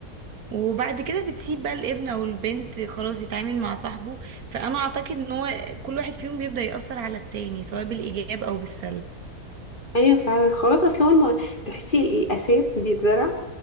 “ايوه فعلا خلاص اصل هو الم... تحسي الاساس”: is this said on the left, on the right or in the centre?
Left